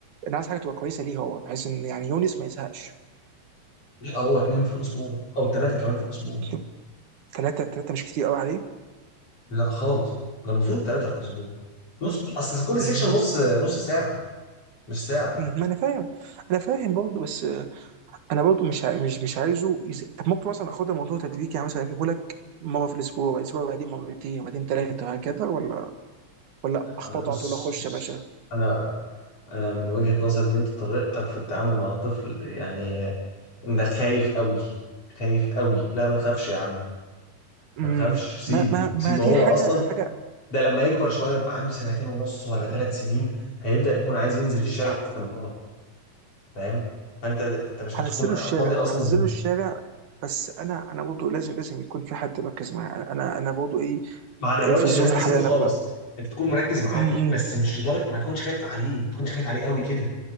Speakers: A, on the right; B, on the left.
A: انا عايز حاجه تبقى كويسه ليه هو بحيث ان يعني يونس ما يزهقش
B: لا هو اتنين في الأسبوع أو تلاتة كمان في الأسبوع
A: <laughs> ثلاثه ثلاثه مش كتير قوي عليه
B: لا خالص ده المفروض تلاتة في الأسبوع نص أصل كل
A: مم.
B: سيكشن نص نص ساعة مش ساعة
A: مم. ما انا فاهم انا فاهم برضه بس آه، انا برضه مش عاي- مش مش عايزه يز... طب ممكن مثلا اخد الموضوع تدريجي يعني مثلا اجيبه لك مره في الاسبوع والاسبوع بعدين مرتين وبعدين ثلاثه وهكذا ولا ولا
B: لا
A: اخبطه
B: أنا بص
A: على طول اخش
B: بص
A: يا باشا
B: أنا أنا من وجهة نظري إن أنت طريقتك في التعامل مع الطفل يعني إنك خايف قوي خايف قوي لا ما تخافش يا عم
A: امم
B: ما تخافش سيبه
A: ما ما ما
B: سيبه
A: دي
B: هو
A: حاجه
B: أصلا
A: حاجه
B: ده لما يكبر شوية يبقى عنده سنتين ونص ولا ثلاث سنين هيبدأ يكون عايز ينزل الشارع باستمرار فاهم فأنت أنت مش
A: هنزله
B: هتكون
A: الشارع
B: فاضي أصلا
A: هنزله الشارع بس انا انا برضه لازم لازم يكون في حد مركز معايا انا انا برضه ايه
B: ما انا ما قلتش
A: في الظروف
B: ان انت
A: الحاليه
B: سيبه خالص
A: انا
B: انت تكون مم. مركز معاه
A: ب...
B: بس مش لدرجه ما تكونش خايف عليه ما تكونش خايف عليه قوي كده